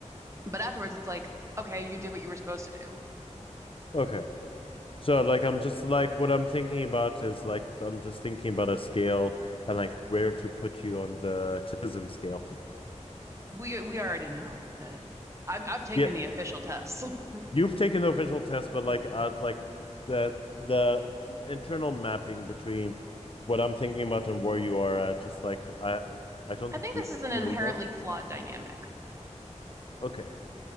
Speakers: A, on the right; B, on the left.
A: but afterwards it's like, okay, you did what you were supposed to do.
B: Okay. So like I'm just like what I'm thinking about is like I'm just thinking about a scale and like where to put you on the autism scale.
A: We we already know that I'm I've taken
B: Yeah,
A: the official tests. <laughs>
B: You've taken the official test, but like uh like the the internal mapping between what I'm thinking about and where you are at, just like I I don't
A: I
B: think
A: think
B: we've
A: this is an inherently
B: really done.
A: flawed dynamic
B: Okay.